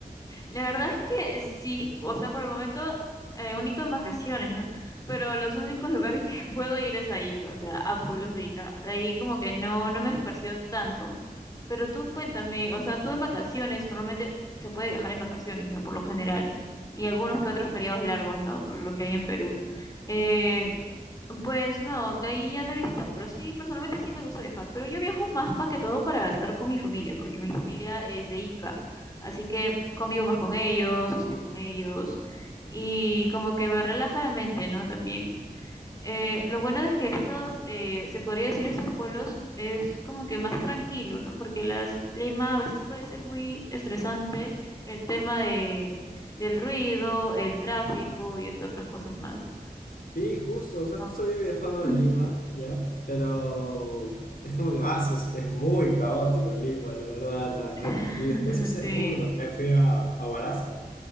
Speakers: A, on the left; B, on the left.
A: La verdad es que sí, o sea, por el momento eh, único en vacaciones, ¿no? Pero los únicos lugares <laughs> que puedo ir es a Ica, o sea, a pueblos de Ica. De ahí como que no, no me he esparcido tanto. Pero tú cuéntame, o sea, tú en vacaciones, normalmente se puede viajar en vacaciones, ¿no? Por lo general. Y algunos que otros feriados largos, ¿no? Por lo que hay en Perú. Eh, Pues no, de ahí ya no he visitado, pero sí, personalmente sí me gusta viajar, pero yo viajo más para que todo para estar con mi familia, porque mi familia es de Ica, así que convivo más con ellos, estoy con ellos y como que me relaja la mente, ¿no? También. Eh, lo bueno es que estos, eh, se podría decir, estos pueblos es como que más tranquilo, ¿no? Porque la ci- Lima a veces puede ser muy estresante el tema de, del ruido, el tráfico y entre otras cosas más.
B: Sí, justo, o sea, justo
A: Ah.
B: había viajado
A: <laughs>
B: a Lima, ¿ya? Pero es como que, ah, sos- es muy caótico Lima, la verdad. a-
A: <laughs>
B: a- y después es, es
A: Sí.
B: como que me, me fui a, a Huaraz,